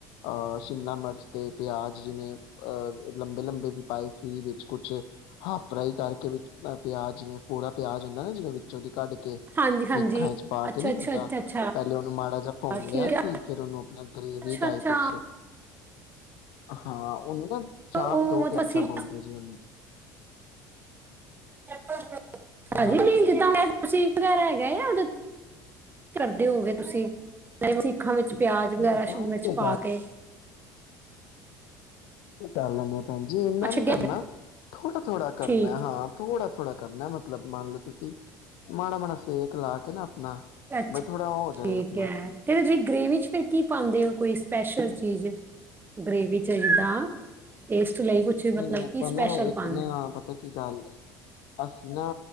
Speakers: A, on the left; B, on the right.
A: ਅਹ ਸ਼ਿਮਲਾ ਮਿਰਚ ਤੇ ਪਿਆਜ ਜਿਵੇਂ ਅਹ ਲੰਬੇ-ਲੰਬੇ ਵੀ ਪਾਏ ਸੀ ਵਿੱਚ ਕੁਛ ਹਾਫ ਫਰਾਈ ਕਰਕੇ ਵਿੱਚ ਪਿਆਜ ਜਿਵੇਂ ਪੂਰਾ ਪਿਆਜ ਹੁੰਦਾ ਨਾ ਜਿਵੇਂ ਵਿੱਚ ਚ ਕੱਢ
B: ਹਾਂਜੀ ਹਾਂਜੀ
A: ਸਿੱਖਾਂ ਵਿੱਚ ਪਾ
B: ਅੱਛਾ
A: ਕੇ ਨਹੀਂ
B: ਅੱਛਾ
A: ਹੁੰਦਾ
B: ਅੱਛਾ ਅੱਛਾ
A: ਪਹਿਲੇ ਉਹਨੂੰ ਮਾੜਾ ਜਿਹਾ ਭੁੰਨ
B: ਠੀਕ
A: ਲਿਆ
B: ਹੈ
A: ਸੀ ਫੇਰ ਉਹਨੂੰ ਆਪਣਾ ਗਰੇਵੀ
B: ਅੱਛਾ
A: ਟਾਈਪ
B: ਅੱਛਾ
A: ਵਿੱਚ ਹਾਂ ਉਹਨੂੰ ਨਾ ਚਾਪ
B: ਉਹ
A: ਦੋ
B: ਮਤਲਬ
A: ਪਿਆਜਾ
B: ਅਸੀਂ
A: ਬੋਲਦੇ ਜੀ ਉਹਨੂੰ।
B: <unintelligible> <inaudible>
A: ਹਾਂਜੀ
B: ਕਿਦਾਂ <inaudible> ਤੁਸੀਂ ਵਗੈਰਾ ਹੈਗਾ ਆ। ਉਹ ਕਰਦੇ ਹੋ ਗਏ ਤੁਸੀਂ ਸਿੱਖਾਂ ਵਿੱਚ
A: <unintelligible>
B: ਪਿਆਜ਼ ਵਗੈਰਾ
A: ਆਪਾਂ ਗੈਸ
B: ਸ਼ਿਮਲਾ ਮਿਰਚ
A: ਤੇ ਈ
B: ਪਾ ਕੇ
A: ਕਰ ਲੈਂਦੇ ਹਾਂਜੀ ਇੰਨਾ
B: ਅੱਛਾ
A: ਨਹੀਂ
B: ਗ-
A: ਕਰਨਾ। ਥੋੜਾ-ਥੋੜਾ ਕਰਨਾ
B: ਠੀਕ
A: ਐ। ਹਾਂ ਥੋੜਾ ਥੋੜਾ ਕਰਨਾ ਮਤਲਬ ਮੰਨ ਲਓ ਤੁਸੀਂ ਮਾੜਾ ਮਾੜਾ ਸੇਕ ਲਾ ਕੇ ਨਾ। ਆਪਣਾ
B: ਅੱਛਾ
A: ਬਈ ਥੋੜਾ ਉਹ ਹੋ ਜਾਏ
B: ਠੀਕ
A: ਆਪਣਾ
B: ਐ ਫਿਰ ਨੇ ਗ੍ਰੇਵੀ ਚ ਫਿਰ ਕੀ ਪਾਉਂਦੇ ਓ? ਕੋਈ ਸਪੈਸ਼ਲ ਚੀਜ਼। ਗ੍ਰੇਵੀ ਚ ਜਿੱਦਾਂ ਟੇਸਟ ਲਈ ਕੁਛ
A: ਨਹੀਂ
B: ਮਤਲਬ
A: ਆਪਾਂ
B: ਕੀ ਸਪੈਸ਼ਲ
A: ਨਾ ਇੱਕ
B: ਪਾਉਂਦੇ
A: ਨਾ ਪਤਾ ਕੀ ਗੱਲ ਅਸੀਂ ਨਾ